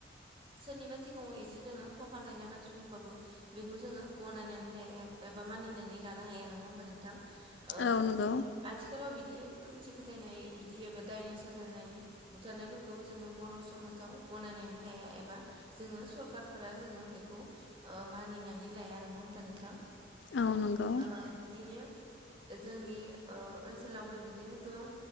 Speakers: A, on the right; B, on the left.
A: सोरनिबा सिगाङाव एसे जोङो फाव फानलायनाय बाथ्रा बुंबाबो बेखौ जोङो गनायनानै लाया एबा मानिनानै लानो हाया नङा होमबा नोंथां ओ
B: औ नंगौ
A: आथिखालाव बिदि खोमसि फोथायनाय बिदि एबा डाइना साजायनानै बुथारनायफोरखौ जोङो बर' समाजाव गनायनानै लाया एबा जोङो सरखारफोरा जोङो बेखौ ओ मानिनानै लाया नङा होमबा नोंथां
B: औ नंगौ
A: आ बिदिनो जोंनि ओ ओनसोलावबो बिदिनो गोबां